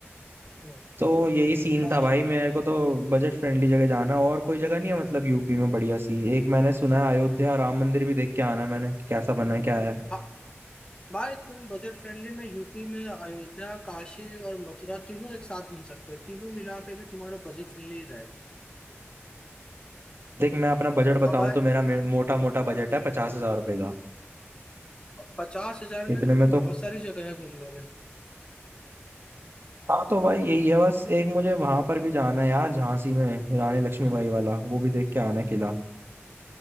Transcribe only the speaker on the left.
हम्म,
काशी
हाँ भाई तुम बजट फ्रेंडली में यूपी में अयोध्या काशी और मथुरा तीनों एक साथ घूम सकते हो तीनों मिला के भी तुम्हारा बजट फ्रेंडली रहेगा
और भाई
पचास हजार में
तो तुम
बहुत सारी जगह घूम लोगे